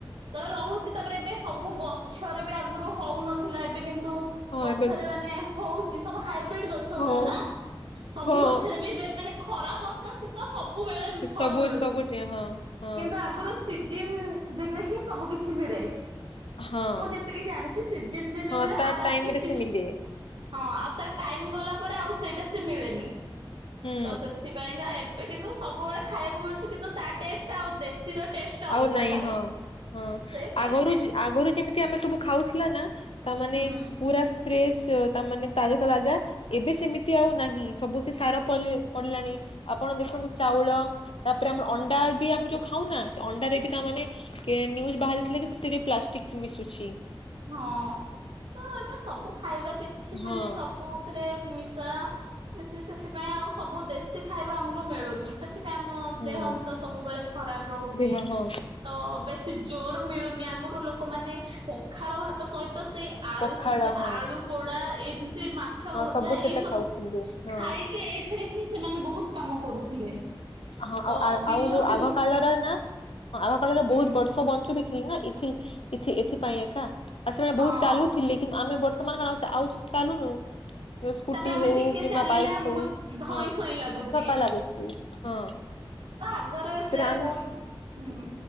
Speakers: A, on the right (about 70°); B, on the left (about 85°).
A: ତ ରହୁଛି ତାପରେ ଏବେ ସବୁ ଗଛରେ ବି ଆଗରୁ ହଉନଥିଲା ଏବେ କିନ୍ତୁ
B: ହଁ
A: ଗଛରେ
B: ଏବେ
A: ମାନେ ହଉଛି ସବୁ ହାଇବ୍ରିଡ ଗଛ
B: ହଁ
A: ଗୁଡାନା ସବୁ
B: ହଁ
A: ଗଛରେ ବି ଏବେ ମାନେ ଖରା, ବର୍ଷା, ଶୀତ, ସବୁବେଳେ,
B: ସେ
A: ଫଳ,
B: ସବୁ
A: ମିଳୁଛି
B: ସବୁ ହଁ ହଁ
A: କିନ୍ତୁ ଆଗରୁ ସିଜିନ୍ ଦିନେ ହିଁ ସବୁ କିଛି ମିଳେ।
B: ହଁ
A: ମୁଁ ଯେତିକି ଜାଣିଛି ସିଜନ ଦିନେ
B: ହଁ
A: ମିଳେ
B: ତା
A: ଆଉ ବାକି
B: ଟାଇମ ରେ
A: ସି
B: ସେ ମିଲେ
A: ହଁ ଆଉ ତାର ଟାଇମ ଗଲା ପରେ ଆଉ ସେଇଟା ସେ ମିଳେନି
B: ହୁଁ
A: ତ ସେଥିପାଇଁକା ଏ କିନ୍ତୁ ସବୁବେଳେ ଖାଇବାକୁ ମିଳଛି କିନ୍ତୁ ତା ଟେଷ୍ଟ ଆଉ ଦେଶୀର ଟେଷ୍ଟ। ଅଲଗା
B: ଆଉ ନାଇଁ
A: ଥାଏ।
B: ହଁ ହଁ
A: ସେ ଟେଷ୍ଟ
B: ଆଗରୁ ଯି ଆଗରୁ ଯେମିତି ଆମେ ସବୁ ଖାଉଥିଲା ନା ତାମାନେ
A: ହୁଁ
B: ପୁରା ଫେଶ ତାମାନେ ତାଜା ତା ତାଜା ଏବେ ସେମିତି ଆଉ ନାହିଁ ସବୁ ସେ ସାର ପଡିଲାଣି ଆପଣ ଦେଖନ୍ତୁ ଚାଉଳ। ତାପରେ ଆମର, ଅଣ୍ଡା, ବି ଆମେ ଯୋଉ ଖାଉନା। ଅଣ୍ଡାରେ ବି ତା ମାନେ କେ ନ୍ୟୁଜ ବାହାରିଥିଲା କି ସେଥିରେ ପ୍ଲାଷ୍ଟିକ ମିଶୁଛି।
A: ହଁ ତ ଏବେ ସବୁ ଖାଇବା କିଛି
B: ହଁ
A: ମାନେ ସବୁ ସେଥିରେ ମିଶା ମିଶି ସେଥିପାଇଁ ଆଉ ସବୁ ଦେଶୀ ଖାଇବା ଆମକୁ ମିଳୁନି। ସେଥିପାଇଁ ଆମ
B: ହୁଁ
A: ଦେହ ମୁଣ୍ଡ ସବୁବେଳେ ଖରାପ ରହୁଛି
B: ଦେହ ହଁ
A: ତ ବେଶ ଜୋର ମିଳୁନି ଆଗରୁ ଲୋକମାନେ, ପଖାଳ, ଭାତ, ସହିତ ସେଇ, ଆଳୁ,
B: ପଖାଳ
A: ସିଝା,
B: ହଁ
A: ଆଳୁ, ପୋଡା ଏମିତି ମା ମାଛ,
B: ହଁ
A: ଭଜା,
B: ସେଟା
A: ଏଇ ସବୁ
B: ଖାଉଥିଲେ ହଁ
A: ଖାଇକି ଏଇଥିରେ ହିଁ ସେମାନେ ବହୁତ କାମ କରୁଥିଲେ।
B: ହଁ
A: ତ
B: ଆଉ
A: ବିଲ
B: ଆଉ ଯୋଉ
A: ଫିଲ
B: ଆଗ କାଳର ନାଁ ଆଗ କାଳରେ
A: ହୁଁ
B: ବହୁତ ବର୍ଷ ବଞ୍ଚୁ ବି ନା ଏଥିପାଇଁ ଏକା ଆ ସେମାନେ
A: ହଁ
B: ବହୁତ ଚାଲୁଥିଲେ କି ଆମେ ବର୍ତ୍ତମାନ କଣ ଆଉ ଆଉ ଚାଲୁନୁ? ସ୍କୁଟି
A: ତାପରେ ଆମେ
B: ହଉ
A: ଟିକେ
B: କିମ୍ବା
A: ଚାଲିଲେ
B: ବାଇକ୍
A: ଆମକୁ
B: ହଉ
A: ଧଇଁ
B: ହଁ
A: ସଇଁ ଲାଗୁଛି।
B: ଥକା ଲାଗୁଛି। ହଁ।
A: ବା ଆଗରେ ସେ
B: ସେଟା ଆମେ
A: ବହୁତ ହୁଁ